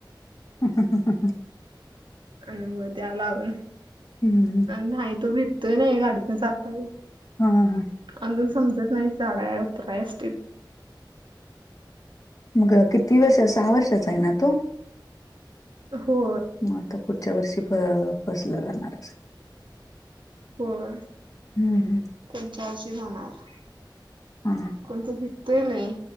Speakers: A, on the left (about 45°); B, on the right (about 80°).
A: ह ह हं हं
B: आणि मग त्या ला होय.
A: हम्म
B: नाही तो भिततोय नाही गाडीतून जाताय.
A: हा ह हा
B: अजून समजत नाही झाडा आहे उतराय अस त
A: मग किती वर्ष सहा वर्षाचा आहे ना तो
B: हो
A: मग आता पुढच्या वर्षी बसलं जाणारच.
B: होय
A: हम्म हम्म
B: पच्याी जाणार
A: हा.
B: कोण त भेट. ते नाही.